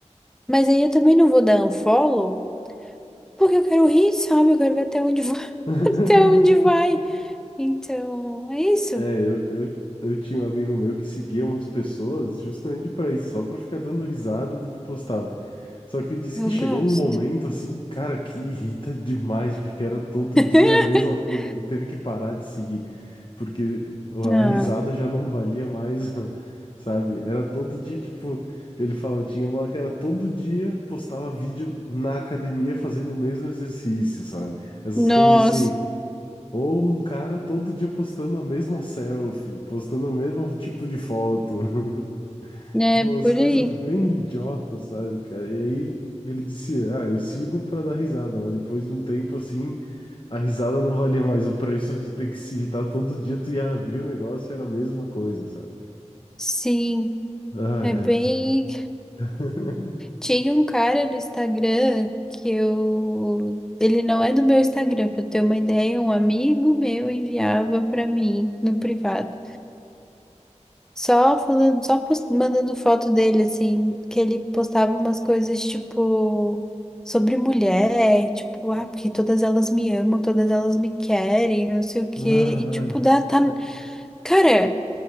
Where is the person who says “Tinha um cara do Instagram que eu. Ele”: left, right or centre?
Centre